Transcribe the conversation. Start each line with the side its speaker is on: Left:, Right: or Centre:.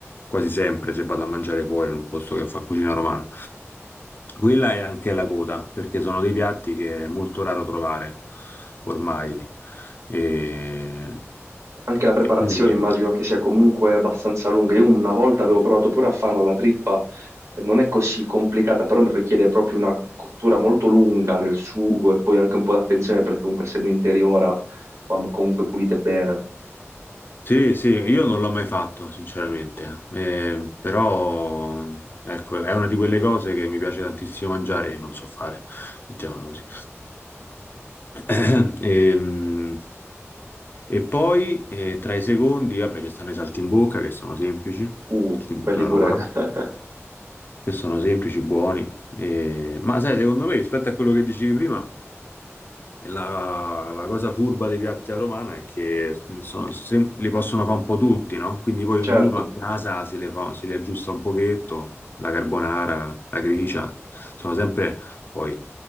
Left: quasi sempre se vado a mangiare fuori in un posto che fa cucina romana. Quella è anche la coda, perché sono dei piatti che è molto raro trovare ormai. E,
Right: anche la preparazione
Left: e quindi
Right: immagino che sia comunque abbastanza lunga, io una volta avevo provato pure a farla la trippa, non è così complicata, però richiede proprio una cottura molto lunga nel sugo e poi anche un po' d'attenzione perché comunque essendo interiora vanno comunque pulite bene,
Left: sì, sì, io non l'ho mai fatto, sinceramente, Eh, però ecco, è una di quelle cose che mi piace tantissimo mangiare e non so fare, mettiamola così. <coughs> <clears throat> Ehm, E, poi eh, tra i secondi, vabbè, ci stanno i saltimbocca che sono semplici,
Right: uh,
Left: saltimbocca
Right: quelli
Left: alla
Right: pure,
Left: romana,
Right: <laughs>
Left: che sono semplici, buoni. E- ma sai, secondo me, rispetto a quello che dicevi prima, la, la cosa furba dei piatti alla romana è che sono- se- li possono fare un po' tutti, no? Quindi poi
Right: certo.
Left: ognuno a casa si le fa- se li aggiusta un pochetto, la carbonara, la gricia, sono sempre poi